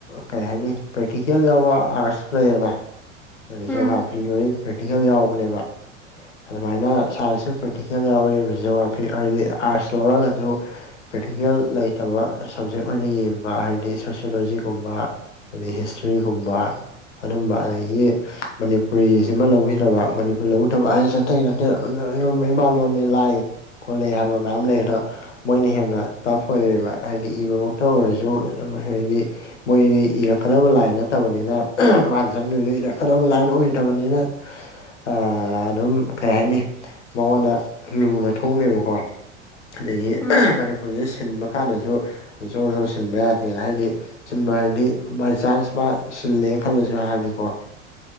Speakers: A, on the left; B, in the centre.
A: ꯀꯩ ꯍꯥꯏꯅꯤ ꯄꯦꯇꯤꯀꯦ ꯌꯥꯎꯕ ꯑꯥꯔꯠꯁ ꯂꯩꯔꯅ ꯑꯗꯨꯁꯨ
B: ꯎꯝ
A: ꯍꯥꯞ ꯐꯤ ꯄ꯭ꯔꯇꯤꯡ ꯌꯥꯎꯕꯅꯦꯕ ꯑꯗꯨꯃꯥꯏꯅ ꯁꯥꯏꯟꯁꯁꯨ ꯄ꯭ꯔꯦꯛꯇꯤꯀꯦꯜ ꯌꯥꯎꯔꯤ ꯖꯤꯑꯣꯒ꯭ꯔꯥꯐꯤ ꯍꯥꯏꯗꯤ ꯑꯥꯔꯠꯁ ꯂꯧꯔꯒꯁꯨ ꯄ꯭ꯔꯦꯛꯇꯤꯀꯦꯜ ꯂꯩꯇꯕ ꯁꯕꯖꯦꯛ ꯑꯣꯏꯅ ꯌꯦꯡꯕ ꯍꯥꯏꯗꯤ ꯁꯣꯁꯤꯌꯣꯂꯣꯖꯤꯒꯨꯝꯕ ꯑꯗꯩ ꯍꯤꯁꯇ꯭ꯔꯤ ꯒꯨꯝꯕ ꯑꯗꯨꯝꯕ ꯑꯗꯒꯤ ꯃꯅꯤꯄꯨꯔꯤꯁꯤꯃ ꯂꯧꯕꯈꯤꯗꯕ ꯃꯅꯤꯄꯨꯔꯤ ꯂꯧꯗꯕ ꯍꯥꯏ ꯇꯩ ꯅꯠꯇꯦ ꯏꯃꯥꯂꯣꯟꯣꯟꯅꯤ ꯂꯥꯏ ꯈꯣꯠꯂꯦ ꯍꯥꯏꯕ ꯃꯌꯥꯝ ꯂꯩ ꯑꯗꯣ ꯃꯣꯏꯅ ꯍꯦꯟꯅ ꯇꯐ ꯑꯣꯏꯔꯛꯦꯕ ꯍꯥꯏꯗꯤ ꯏꯕꯃꯛꯇ ꯑꯣꯏꯔꯁꯨ ꯍꯥꯏꯗꯤ ꯃꯣꯏꯗꯤ ꯏꯔꯛꯀꯗꯕ ꯂꯥꯏꯟ ꯅꯠꯇꯕꯅꯤꯅ ꯃꯥꯅ ꯆꯪꯗꯅ ꯂꯩꯔꯛꯀꯗꯕ ꯂꯥꯏꯟ ꯑꯣꯏꯗꯕꯅꯤꯅ
B: <unintelligible>
A: ꯑꯗꯨꯝ ꯀꯩ ꯍꯥꯏꯅꯤ ꯃꯉꯣꯟꯗ ꯂꯨꯅ ꯊꯣꯡꯑꯃꯦꯕꯀꯣ ꯑ
B: ꯎꯝ
A: ꯃꯅꯤꯄꯨꯨꯔꯗ ꯁꯤꯜ ꯍꯥꯟꯅꯁꯨ ꯁꯣꯔ ꯁ ꯁꯤꯟꯕ ꯌꯥꯗꯦꯅ ꯍꯥꯏꯗꯤ ꯁꯤꯟꯕ ꯍꯥꯏꯗꯤ ꯕꯥꯏ ꯆꯥꯟꯁ ꯃꯥ ꯁꯤꯜꯂꯦ ꯈꯜꯂꯁꯨ ꯍꯥꯏꯕꯅꯤꯀꯣ